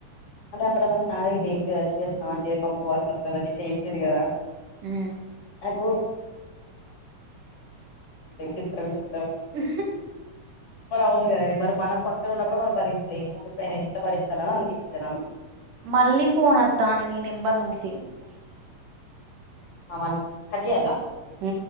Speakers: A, on the left; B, on the right.
A: అంటే అప్పుడు మనకి నగిట్లుయిపోయచ్చం ఇట్లా చెప్పిరు కదా
B: ఉమ్
A: నాకు <unintelligible>
B: ఇ
A: మరి అవును కదండి మరి మన పక్కన ఉన్నప్పుడు మనం భరించలేము ఇంకా ఆయన ఎట్లా భరిస్తాడ అనిపిస్తారు
B: మళ్ళీ ఫోన్ వత్తంది నీ నెంబర్ నుంచి
A: ఆ కట్ చేయల
B: ఉ